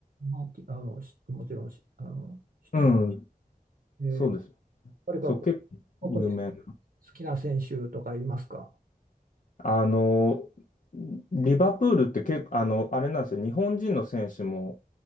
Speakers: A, on the right (about 70°); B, on the left (about 60°).
A: まあ、あの、しもちろんし、あの、知ってます。
B: うん、
A: えー
B: そうです。
A: 誰かこう
B: そう、結構有名
A: 特に好きな選手とかいますか
B: あの、リバプールって結構、あの、あれなんですよ。日本人の選手も